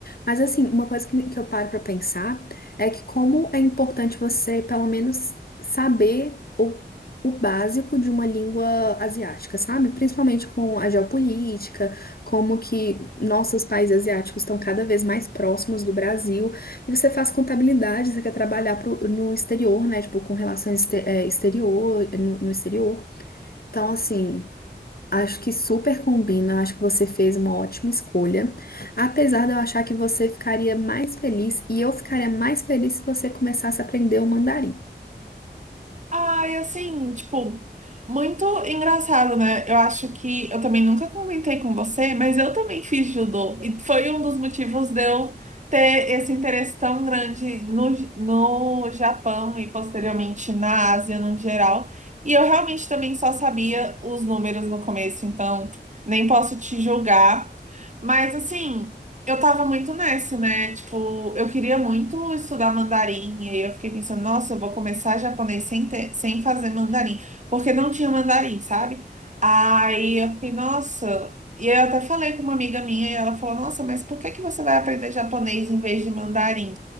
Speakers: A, on the left (about 55°); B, on the right (about 40°).
A: Mas assim, uma coisa que, que eu paro pra pensar é que como é importante você, pelo menos, saber o, o básico de uma língua asiática, sabe? Principalmente com a geopolítica, como que nossos países asiáticos estão cada vez mais próximos do Brasil. E você faz contabilidade, você quer trabalhar pro- no exterior, né? Tipo, com relações este- eh, exterior, no no exterior. Então, assim. Acho que super combina, acho que você fez uma ótima escolha. Apesar de eu achar que você ficaria mais feliz e eu ficaria mais feliz se você começasse a aprender o mandarim.
B: Ai, assim, tipo, muito engraçado, né? Eu acho que eu também nunca comentei com você, mas eu também fiz judô. E foi um dos motivos de eu ter esse interesse tão grande no, no Japão e posteriormente na Ásia no geral. E eu realmente também só sabia os números no começo, então nem posso te julgar. Mas assim. Eu tava muito nessa, né? Tipo, eu queria muito estudar mandarim, e aí eu fiquei pensando, nossa, eu vou começar japonês sem ter, sem fazer mandarim, porque não tinha mandarim, sabe? Aí eu fiquei, nossa. E aí eu até falei com uma amiga minha, e ela falou, nossa, mas por que que você vai aprender japonês em vez de mandarim?